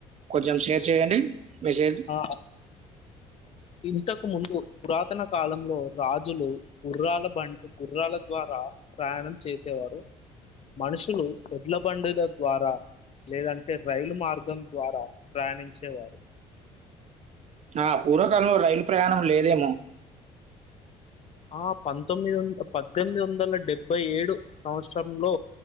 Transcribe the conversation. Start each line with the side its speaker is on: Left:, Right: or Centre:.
Right: కొంచెం షేర్ చేయండి మెసేజ్
Left: ఆ ఇంతకు ముందు పురాతన కాలంలో రాజులు గుర్రాల బండు గుర్రాల ద్వారా ప్రయాణం చేసేవారు మనుషులు ఎడ్ల బండుల ద్వారా లేదంటే రైలు మార్గం ద్వారా ప్రయాణించేవారు
Right: ఆ పూర్వకాలంలో రైలు ప్రయాణం లేదేమో
Left: ఆ పంతొమ్మిది వంద పద్దెనిమిది వందల డెబ్బై ఏడు సంవత్సరంలో